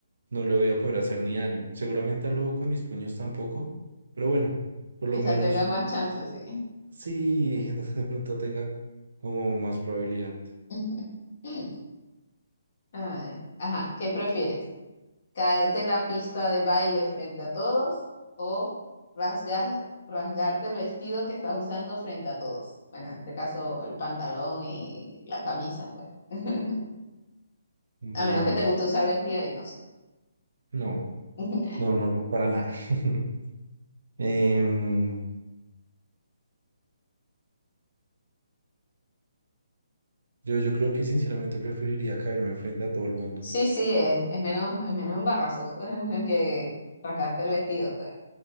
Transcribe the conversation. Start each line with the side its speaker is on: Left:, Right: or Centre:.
Right: no le voy a poder hacer ni daño. Seguramente al lobo con mis puños tampoco, pero bueno, por lo
Left: Quizás
Right: menos
Left: tenga más chances, sí.
Right: sí, <laughs> de pronto tenga como más probabilidad.
Left: <laughs> Ay, Ajá, ¿qué prefieres? ¿Caerte en la pista de baile frente a todos o rasgar, rasgarte el vestido que estás usando frente a todos? Bueno, en este caso el pantalón y la camisa, pues. <laughs> A
Right: Buah,
Left: menos que te guste usar vestido y no sé.
Right: no,
Left: <laughs>
Right: no, no, no, para nada. <laughs> Em, yo, yo creo que sinceramente preferiría caerme frente a todo el mundo.
Left: Sí, sí, es, es menos, es menos embarazoso <laughs> que rasgarte el vestido, ¿sabes?